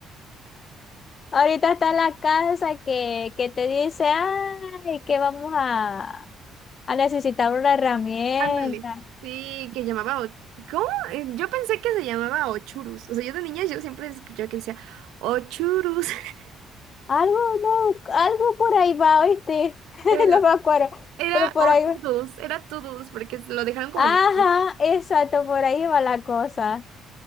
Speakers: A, on the left (about 45°); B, on the right (about 80°).
A: Ahorita está la casa que, que te dice, ay, que vamos a, a necesitar una herramienta.
B: Ándale. Sí, que llamaba... O- ¿Cómo? Eh, Yo pensé que se llamaba Ochurus. O sea, yo de niña yo siempre escuchaba que decía Ochurus, <laughs>
A: Algo, no, algo por ahí va, ¿oíste? <laughs>
B: pero
A: No me acuerdo,
B: era
A: pero por
B: Otudus,
A: ahí va.
B: era Tudus, porque lo dejaron como
A: Ajá,
B: en... inglés.
A: exacto, por ahí va la cosa.